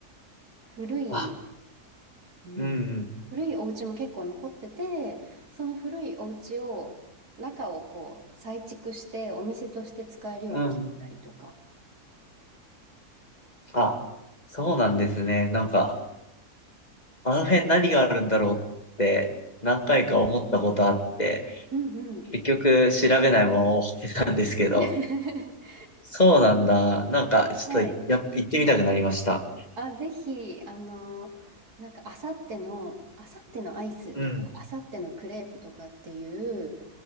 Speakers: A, on the right (about 80°); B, on the left (about 25°).
A: 古い、
B: あ、
A: うん、
B: うん、
A: 古いお家も結構残ってて、その古いお家を、中をこう再築してお店として使えるようにしてたりとか。
B: うん。うんあ、そうなんですね。なんか、あの辺何があるんだろうって、何回か思ったことあって、
A: うんうん。
B: 結局調べないまま終わってたんですけど。
A: <laughs>
B: そうなんだ。なんか、ちょっと、
A: はい。
B: やっ、行ってみたくなりました。
A: あ、ぜひ、あの、なんか、あさっての、あさってのアイスとか、
B: うん、
A: あさってのクレープとかっていう、